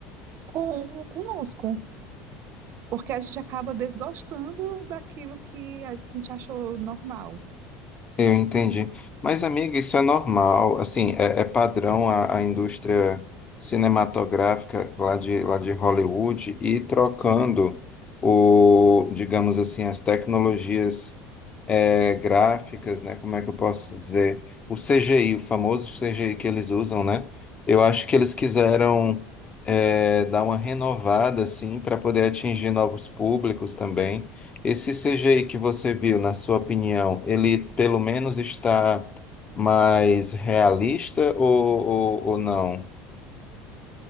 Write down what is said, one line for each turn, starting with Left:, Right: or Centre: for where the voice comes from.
Right: com conosco, porque a gente acaba desgostando daquilo que a gente achou normal.
Left: Eu entendi. Mas, amiga, isso é normal. Assim, é, é padrão a, a indústria cinematográfica lá de, lá de Hollywood e trocando o, digamos assim, as tecnologias é, gráficas, né? Como é que eu posso dizer? O CGI, o famoso CGI que eles usam, né? Eu acho que eles quiseram é, dar uma renovada, assim, para poder atingir novos públicos também. Esse CGI que você viu, na sua opinião, ele pelo menos está mais realista ou, ou, ou não?